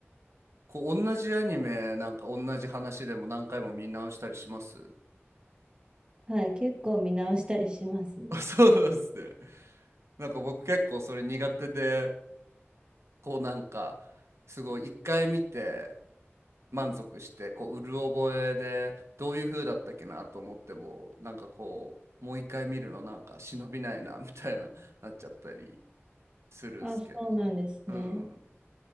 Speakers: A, on the right; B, on the right.
A: こう同じアニメ、なんか同じ話でも何回も見直したりします
B: はい、結構見直したりしますね。
A: あ、<laughs> そうなんですね。なんか僕結構それ苦手でこうなんかすごい一回見て満足してこううる覚えでどういう風だったっけなと思ってもなんかこうもう一回見るのなんか忍びないな <laughs> みたいななっちゃったりするんすけどうん
B: あ、そうなんですね。